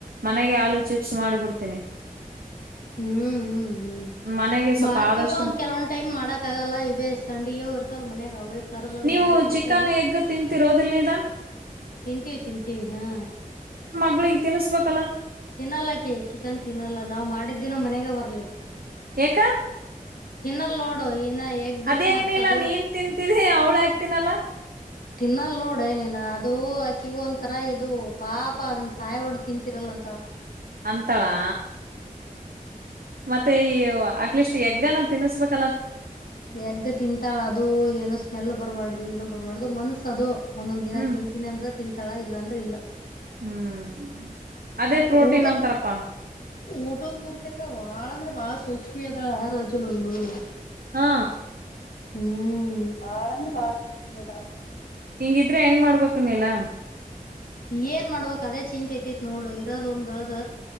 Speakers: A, on the right; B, on the left.
A: ಮನೆಗೆ ಆಲೂ ಚಿಪ್ಸ್ ಮಾಡಿಬಿಡ್ತೀನಿ
B: ಹ್ಮ್ ಹ್ಮ್ ಹ್ಮ್
A: ಮನೆಗೆ ಸ್ವಲ್ಪ
B: ಮಾಡ್ತೀವ
A: ಆದಷ್ಟು
B: ಒಂದ್ ಕೆಲವೊಂದ್ ಟೈಮ್ ಮಾಡಕ್ ಆಗಲ್ಲ ಇವೇ ಸಂಡಿಗೋ ಇರ್ತಲ್ಲ ಮನ್ಯಾಗ ಅವೇ ಕರ್ದದು
A: ನೀವು
B: ಮಾಡಿ ಕೊಡ್ತೀವಿ
A: ಚಿಕನ್ ಎಗ್ ತಿಂತಿರೋ ಹೌದಲ್ಲ ಲೀಲಾ
B: ತಿಂತೀವಿ ತಿಂತೀವಿ ಹಾ
A: ಮಕ್ಕಳಿಗೆ ತಿನಿಸಬೇಕಲ್ಲಾ
B: ತಿನ್ನಲಕ್ಕಿ ಚಿಕನ್ ತಿನ್ನಲ್ಲ ನಾವ್ ಮಾಡಿದ್ದಿನ ಮನೆಗ ಬರ್ಲಕ್ಕಿ
A: ಯಾಕ
B: ತಿನ್ನಲ್ಲ ನೋಡು ಇನ್ನ ಎಗ್ನು
A: ಅದೇ ಹೆಂಗ್
B: ಮತ್
A: ನೀಲ್ಲಾ
B: ಅದು
A: ನೀನ್ ತಿಂತಿದಿ ಅವ್ಳ ಯಾಕೆ ತಿನಲ್ಲ
B: ತಿನ್ನಲ್ ನೋಡ ನೀನ್ ಅದು ಆಕಿಗ ಒಂತರ ಇದು ಪಾಪ ಅದನ್ನ ಸಾಯ ಒಡ್ ತಿಂತೀರಲ್ಲ ಅಂತಾಳ್
A: ಅಂತಳಾ ಮತ್ತೆ ಆತ್ಲೆಲಿಸ್ಟ್ ಎಗ್ಗನ ತಿನ್ನಿಸಬೇಕು
B: ಎಗ್ಗ ತಿಂತಾಳ ಅದು ಏನೋ ಸ್ಮೆಲ್ ಬರಬಾರ್ದು ಏನೋ ಬರಬಾರ್ದು ಮನ್ಸ ಅದು ಒಂದೊಂದ್ ದಿನಾ
A: ಹ್ಮ್
B: ತಿಂತಿನಿ ಅಂದ್ರ ತಿಂತಾಳಾ ಇಲ್ಲ ಅಂದ್ರ ಇಲ್ಲ
A: ಹ್ಮ್ ಅದೇ ಪ್ರೋಟೀನ್
B: ಊಟ
A: ಅಂತಾರಪ್ಪಾ
B: ಊಟದ ಪೂರ್ತಕ್ಕ ಬಾಳ ಅಂದ್ರೆ ಬಾಳ್ ಸೂಕ್ಷ್ಮಿ ಅದಾಳ ಆ ರಾಜು ನನ್ ಮಗಳು
A: ಹಾ
B: ಹ್ಮ್ ಬಾಳ ಅಂದ್ರೆ ಬಾಳ ಸೂಕ್ಷ್ಮಿ ಅದಾಳ
A: ಹಿಂಗಿದ್ರ ಹೆಂಗ್ ಮಾಡ್ಬೇಕ ನೇಲಾ
B: ಏನ್ ಮಾಡ್ಬೇಕ್ ಅದೇ ಚಿಂತಿ ಹತ್ತಿತ ನೋಡ ಇರೋದ ಒಂದ್ ಆದ್